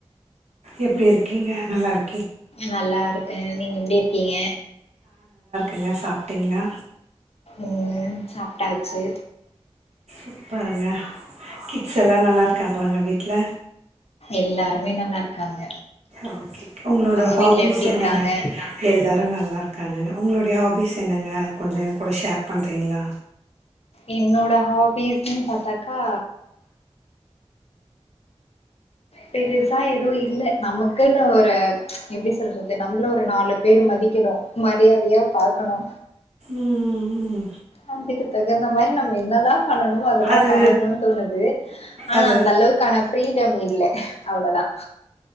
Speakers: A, on the right (about 85°); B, on the left (about 65°).
A: எப்டி இருக்கீங்க நல்லா இரு
B: நல்லா இருக்கே நீங்க எப்டி இருக்கீங்க
A: எங்க சாப்பிட்டிங்களா
B: உம் சாப்பட்டாச்சு
A: இப்பறம்ங்க கிட்ஸ் எல்லா நல்லா இருக்காங் <unintelligible> வீட்டில
B: எல்லாருமே நல்லா இருக்காங்க
A: ஒகே உங்களோட
B: உங்க
A: ஹாபிஸ்
B: வீட்ல எப்டி
A: என்னங்க,
B: இருக்காங்க
A: எல்லாரு நல்லா க்காங்க உங்களுடைய ஹாபீஸ் என்னங்க கொஞ்சம் எ கூட ஷேர் பண்ணுறீங்களா
B: என்னோட ஹாபீஸ்ன்னு பாத்தாக்கா பெருசா எதுவு இல்ல நமக்குன்னு ஒரு எப்படி சொல்றது நம்மள ஒரு நாலு பேர் மதிக்கணு மரியாதையா பாக்கணு
A: ம்
B: அதுக்கு தகுந்த மாரி நம்ம என்னல்லாம் பண்ணனும் அதெல்லாம்
A: அது
B: பண்ணணுனு தோணுது ஆனா
A: அது
B: அந்த அளவுக்கான ஃப்ரீடம் இல்ல அவ்ளதா